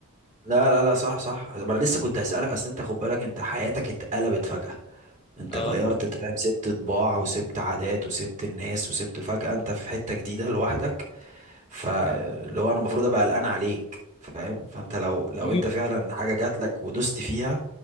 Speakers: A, on the right; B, on the left.
A: لا لا لا صح صح انا لسه كنت هسألك اصل انت خد بالك انت حياتك اتقلبت فجأة
B: <laughs>
A: انت
B: اه
A: غيرت انت فاهم سبت طباع وسبت عادات وسبت الناس وسبت فجأة انت في حتة جديدة لوحدك فاللي هو انا المفروض ابقى قلقان عليك فاهم فانت لو لو
B: مم.
A: انت فعلا حاجه جات لك ودوست فيها